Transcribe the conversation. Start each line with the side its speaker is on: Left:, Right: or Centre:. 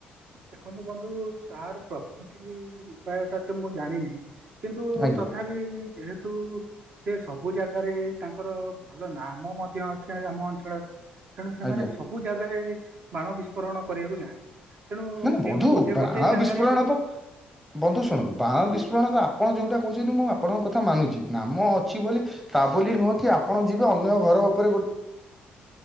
Right: ଦେଖନ୍ତୁ ବନ୍ଧୁ ତାର ପ୍ରସ୍ତୁତି ଉପାୟ ଟା ତ ମୁଁ ଜାଣିନି କିନ୍ତୁ
Centre: ଆଜ୍ଞା
Right: ତଥାପି ଯେହେ ତୁ ସେ ସବୁ ଜାଗାରେ ତାଙ୍କର ଭଲ ନାମ ମଧ୍ୟ ଅଛି ଆମ ଅଞ୍ଚଳରେ। ତେଣୁ ସେମାନେ
Centre: ଆଜ୍ଞା
Right: ସବୁ ଜାଗାରେ ବାଣ ବିସ୍ଫୋରଣ କରିବାକୁ ଯାଆନ୍ତି। ତେଣୁ
Centre: ମାନେ ବନ୍ଧୁ
Right: କେଉଁ ଗୋଟେ
Centre: ବାଣ
Right: ଗୋଟେ ଜାଗାରେ
Centre: ବିସ୍ଫୋରଣ
Right: ଯଦି
Centre: ତ ବନ୍ଧୁ ଶୁଣନ୍ତୁ ବାଣ ବିସ୍ଫୋ ଶୁଣନ୍ତୁ ଆପଣ ଯୋଉଟା କହୁଛନ୍ତି ମୁଁ ଆପଣଙ୍କ କଥା ମାନୁଛି ନାମ ଅଛି ବୋଲି ତା ବୋଲି ନୁହ କି ଆପଣ ଯିବେ ଅନ୍ୟ ଘର ଉପରେ ଗୋଟେ